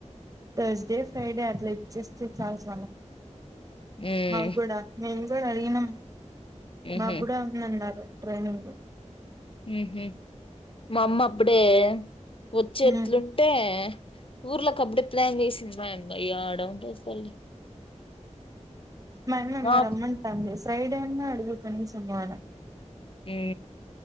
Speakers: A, on the right (about 30°); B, on the left (about 45°).
A: టర్స్డే ఫ్రాడే ఆలా ఇచ్చస్త చాలల్స్
B: మ్మ్
A: మాకు కూడా మేము కూడా అడిగినం
B: మ్హు
A: మాకు కూడా ఉంది అందన్నారు ట్రైనింగ్
B: ఉహ మా అమ్మ అప్పుడే వచ్చేట్లుంటే
A: మ్మ్
B: ఊర్లోకీఅబడే ప్లాన్ చేసింది ఆడన్ రోజల్
A: మ అమ్మమ్మ
B: నాకు
A: రమ్మన్ంటాంది ఫైడే ఉన్నా అడుగు కనీసము అని అన
B: ఏ